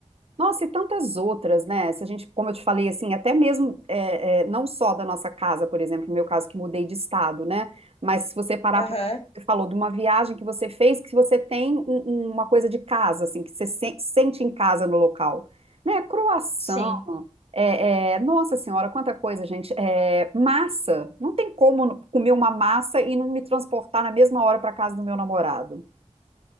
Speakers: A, on the right; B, on the left.
A: Nossa, e tantas outras, né? Se a gente, como eu te falei, assim, até mesmo é, é, não só da nossa casa, por exemplo, no meu caso que mudei de estado, né? Mas se você parar
B: <laughs>
A: para
B: Aham,
A: você falou de uma viagem que você fez, que você tem um- um- uma coisa de casa, assim, que você se- sente em casa no local, né? Croação,
B: sim.
A: é, é, nossa senhora, quanta coisa, gente. É, massa, não tem como comer uma massa e não me transportar na mesma hora para casa do meu namorado.